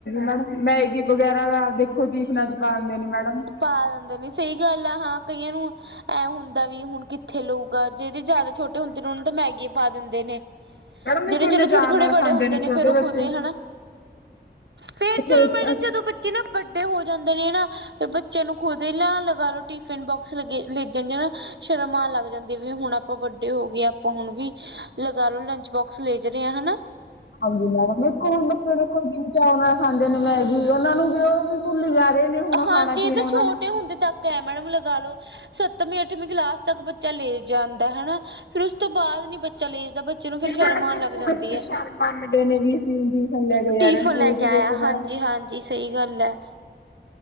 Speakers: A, on the left (about 80°); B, on the right (about 80°).
A: ਮੈਡਮ। ਮੈਗੀ ਵਗੈਰਾ ਆਪ ਦੇਖੋ ਟੀਫਨਾਂ 'ਚ ਪਾ ਦੇਂਦੇ ਨੇ ਮੈਡਮ।
B: ਪਾ ਦੇਂ ਦੇ ਨੇ ਸਈ ਗੱਲ ਆ, ਹਾਂ ਕਈਆਂ ਨੂੰ ਐ ਹੁੰਦਾ ਵੀ ਹੁਣ ਕਿੱਥੇ ਲਊਗਾ ਜੇੜੇ ਜਾਦਾ ਛੋਟੇ ਹੁੰਦੇ ਨੇ, ਓਨਾਂ ਨੂੰ ਤੇ ਮੈਗੀ ਪਾ ਦੇਂ ਦੇ ਨੇ।
A: ਮੈਡਮ ਦੇਖੋ
B: ਜੇੜੇ
A: ਇੰਨੇ
B: ਚਲੋ
A: ਚਾਅ
B: ਥੋੜੇ-ਥੋੜੇ
A: ਨਾਲ
B: ਬੜੇ
A: ਖਾਂਦੇ
B: ਹੁੰਦੇ ਨੇ,
A: ਛੋਟੇ
B: ਫੇਰ ਓ
A: ਬੱਚੇ
B: ਖੁਦੇ ਹਨਾ ਫੇਰ
A: ਦੇਖੋ
B: ਚਲੋ ਮੈਡਮ ਜਦੋਂ ਬੱਚੇ ਨਾ ਵੱਡੇ ਹੋ ਜਾਂਦੇ ਨੇ ਨਾ ਫਿਰ ਬੱਚੇਆਂ ਨੂੰ ਖੁਦ ਈ ਲਿਆਨ ਲਗਾ ਲੋਂ ਟਿਫਿਨ ਬੋਕਸ ਲੱਗੇ <unintelligible> ਸ਼ਰਮ ਆਨ ਲੱਗ ਜਾਂਦੀ, ਵੀ ਹੁਨ ਆਪਾਂ ਵੱਡੇ ਹੋ ਗੇ ਆਂ। ਆਪਾਂ ਹੁਣ ਵੀ ਲਗਾ ਲੋ ਲੰਚ ਬੋਕਸ ਲੈ ਜ਼ ਰੇ ਆਂ ਹਨਾ।
A: ਹਾਂਜੀ ਮੈਡਮ ਇੱਕ ਓ ਹੁਣ ਬੱਚੇ ਦੇਖੋ ਕਿੰਨੀ ਚਾਓ ਨਾਲ ਖਾਂਦੇ ਨੇ ਮੈਗੀ, ਓਨਾਂ ਨੂੰ ਵੀ ਓ ਵੀ ਭੁੱਲ <unintelligible>
B: ਹਾਂਜੀ
A: ਖਾਣਾ
B: ਏ
A: ਪੀਣਾ
B: ਤਾਂ
A: ਉਹਨਾਂ
B: ਛੋਟੇ
A: ਨੂੰ
B: ਹੁੰਦੇ ਤੱਕ ਐ, ਮੈਡਮ ਲਗਾ ਲੋ ਸ ਸੱਤਵੀਂ-ਅੱਠਵੀਂ ਕਲਾਸ ਤੱਕ ਬੱਚਾ ਲੇ ਜਾਂਦਾ ਹਨਾ। ਫੇਰ ਉਸ ਬਾਦ ਨੀ ਬੱਚਾ ਲੇ ਜਾਂਦਾ, ਬੱਚੇ ਨੂੰ
A: ਫਿਰ
B: ਫੇਰ ਸ਼ਰਮ
A: ਮੈਡਮ
B: ਆਣ
A: ਦੇਖੋ
B: ਲੱਗ ਜਾਂਦੀ
A: ਬੱਚੇ
B: ਐ।
A: ਸ਼ਰਮ ਮੰਨਦੇ ਨੇ ਵੀ ਅਸੀਂ ਟਿਊਸ਼ਨ ਲੈ ਕੇ ਜਾ
B: ਟਿਫਨ
A: ਰਹੇ ਸਕੂਲ
B: ਲੈ ਕੇ
A: ਚ
B: ਆਇਆ,
A: ਦੇਖੋ ਮੈਡਮ
B: ਹਾਂਜੀ-ਹਾਂਜੀ ਸਈ ਗੱਲ ਐ।